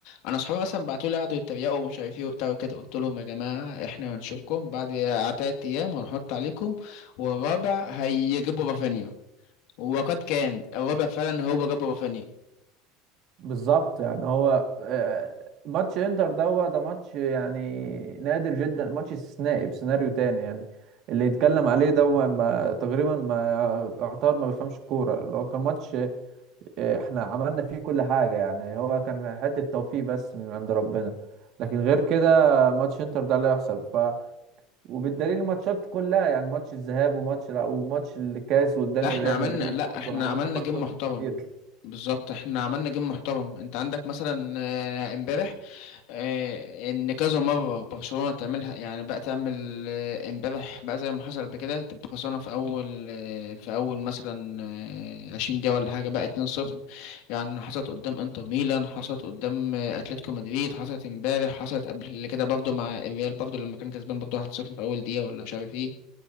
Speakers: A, on the left; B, on the right.
A: انا اصحابي مثلا بعتوا لي قعدوا يتريقوا ومش عارف ايه وبتاع وكده قلت لهم يا جماعه احنا هنشوفكم بعد تلات ايام وهنحط عليكم والرابع هيجيبوا رافينيا وقد كان الرابع فعلا هو جاب رافينيا
B: بالظبط يعني هو آه، ماتش انتر دوت ده ماتش يعني نادر جدا ماتش استثنائي بسيناريو تاني يعني اللي يتكلم عليه ده هو ما تقريبا ما يعتبر ما بيفهمش الكوره اللي هو كان ماتش آه، احنا عملنا فيه كل حاجه يعني هو كان حته توفيق بس من عند ربنا لكن غير كده ماتش انتر ده لا يحسب ف وبالدليل الماتشات كلها يعني ماتش الذهاب وماتش لا وماتش الكاس قدام
A: لا احنا
B: ريال
A: عملنا
B: مدريد
A: لا
B: برضه
A: احنا
B: عملنا
A: عملنا
B: ماتشات
A: جيم محترم
B: كتير
A: بالظبط احنا عملنا جيم محترم انت عندك مثلا آه، امبارح آه، ان كذا مره برشلونه تعملها يعني بقى تعمل آه، امبارح بقى زي ما حصل بكده تبقى خسرانه في اول آه، في اول مثلا آه، 20 دقيقه ولا حاجه بقى 2-0 يعني حصلت قدام انتر ميلان حصلت قدام آه، اتلتيكو مدريد حصلت امبارح حصلت قبل كده برضه مع الريال برضه لما كان كسبان برضه 1-0 في اول دقيقه ولا مش عارف ايه